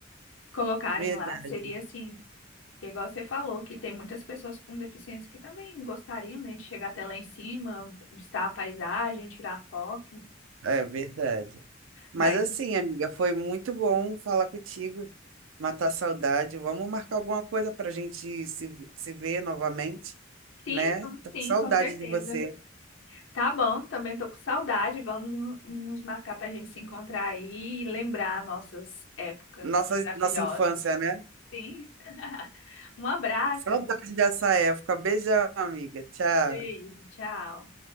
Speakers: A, on the left; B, on the right.
A: colocarem
B: Verdade.
A: lá. Seria assim, que igual você falou, que tem muitas pessoas com deficiência que também gostariam, né, de chegar até lá em cima, visitar a paisagem, tirar foto.
B: É verdade. Mas
A: Mas
B: assim, amiga, foi muito bom falar contigo, matar a saudade. Vamos marcar alguma coisa para a gente se, se ver novamente,
A: sim,
B: né?
A: vamos
B: Tô com
A: sim,
B: saudade
A: com certeza.
B: de você.
A: Tá bom, também tô com saudade. Vamos no- nos marcar para a gente se encontrar aí e lembrar nossas épocas
B: Nossa,
A: maravilhosas.
B: nossa infância, né?
A: Sim. <laughs> Um abraço.
B: Saudade
A: amigo.
B: dessa época. Beijão, amiga. Tchau.
A: Beijo, tchau.